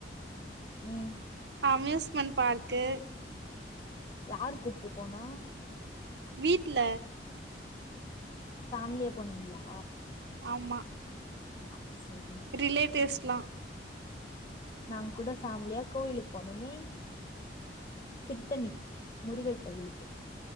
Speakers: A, on the left; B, on the right.
A: ம்
B: அம்யூஸ்மெண்ட் பார்க்கு
A: யார் கூப்ட்டு போனா
B: வீட்ல
A: ஃபேம்லியா போனீங்ளா
B: ஆமா
A: அது சேரி
B: ரிலேட்டிவ்ஸ்லா
A: நாங் கூட ஃபேம்லியா கோயிலுக்கு போனமே திர்த்தணி முருகர் கோவிலுக்கு